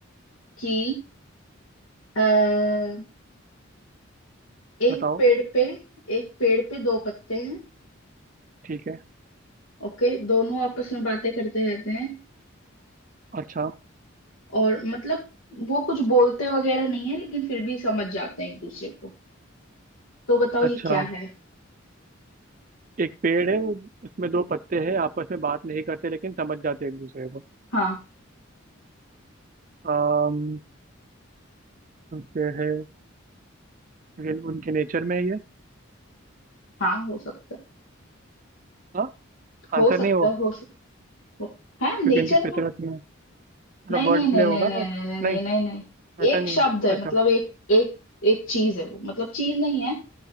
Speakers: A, on the left (about 75°); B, on the right (about 40°).
A: कि आ, एक
B: बताओ
A: पेड़ पे एक पेड़ पे दो पत्ते हैं
B: ठीक है
A: ओके दोनों आपस में बातें करते रहते हैं
B: अच्छा
A: और मतलब वो कुछ बोलते वगैरह नहीं है लेकिन फिर भी समझ जाते हैं एक दूसरे को तो बताओ ये
B: अच्छा
A: क्या है
B: एक पेड़ है उसमें दो पत्ते हैं आपस में बात नहीं करते लेकिन समझ जाते हैं एक दूसरे को
A: हाँ
B: आम, पेड़ है लेकिन उनके नेचर में ही है ये
A: हाँ हो सकता है
B: हाँ आंसर
A: हो सकता
B: नहीं वो
A: है हो सकता है
B: क्योंकि
A: नेचर
B: उनकी फितरत
A: में
B: में है। मतलब
A: नहीं
B: वर्ड
A: नहीं नहीं
B: प्ले होगा
A: नहीं नहीं
B: तो
A: नहीं नहीं नहीं
B: नहीं
A: नहीं नहीं
B: ऐसा
A: एक
B: नहीं
A: शब्द
B: है
A: है
B: अच्छा
A: मतलब एक एक एक चीज है वो मतलब चीज नहीं है